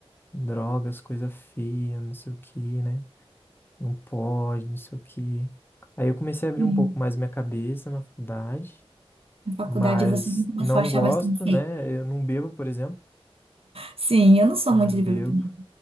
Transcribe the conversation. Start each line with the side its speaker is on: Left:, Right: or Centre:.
Left: drogas, coisa feia, não sei o que, né? Não pode, não sei o que. Aí eu comecei a abrir
Right: Sim.
Left: um pouco mais minha cabeça na faculdade.
Right: Na faculdade
Left: mas
Right: você não começou
Left: não
Right: a achar
Left: gosto,
Right: mais tão feio.
Left: né? Eu não bebo, por exemplo.
Right: Sim, eu não sou
Left: Eu
Right: muito
Left: não
Right: de
Left: bebo.
Right: bebê também.